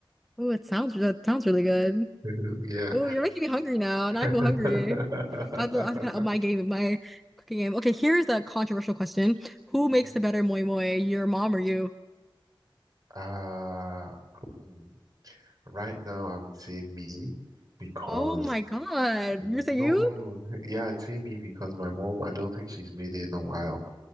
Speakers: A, in the centre; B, on the right.
A: ooh! It sounds that sounds really good.
B: <laughs> Yeah.
A: Ooh, you're making me hungry now, and
B: <laughs>
A: I feel hungry. I have to, I have to kind of up my game, my cooking game. Okay, here's a controversial question: Who
B: Mhm.
A: makes the better moi moi, your mom or you?
B: Uh, hmm. Right now, I would say me because
A: Oh my God.
B: no,
A: You're saying you?
B: no, yeah, I'd say me because my mom, I don't think she's made it in a while.